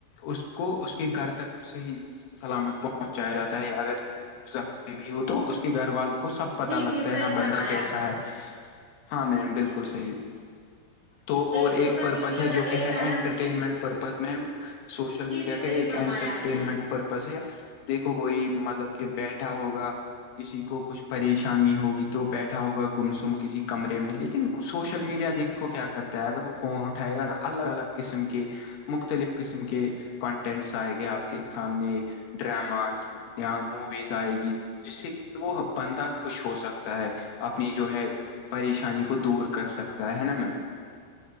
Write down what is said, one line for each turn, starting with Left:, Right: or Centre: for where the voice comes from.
Left: اس کو اس کے گھر تک صحیح سلامت پہنچایا جاتا ہے اگر بھی ہو تو اس کے گھر والوں کو سب پت
Right: جی
Left: لگتا
Right: جی صحیح
Left: ہے نا
Right: فرمایا
Left: بندہ کیسا ہے ہاں میم بالکل صحیح تو اور
Right: سوشل
Left: ایک پرپز
Right: میڈیا
Left: ہے
Right: کا
Left: جو
Right: ایک
Left: کہ ہے
Right: اہم
Left: انٹرٹینمنٹ پرپز میم سوشل
Right: جی
Left: میڈیا
Right: جی صحیح
Left: کا ایک
Right: فرمایا
Left: انٹرٹینمنٹ
Right: آپ نے
Left: پرپز ہے دیکھو کوئی مطلب کہ بیچ اھا ہوگا کسی کو کچھ پریشانی ہوگی تو بیٹھا ہوگا گمسم کسی کمرے میں لیکن سوشل میڈیا دیکھ دیکھو کیا کرتا ہے اگر وہ فون اٹھائے گا نا الگ الگ قسم کے مختلف قسم کے کنٹینٹس آئے گئے آپ کے سامنے ڈراماز یااں موویز جائے گی جس سے کہ وہ بندہ خوش ہو سکتا ہے اپنی جو ہے پریشانی کو دور کر سکتا ہے ہے نا میم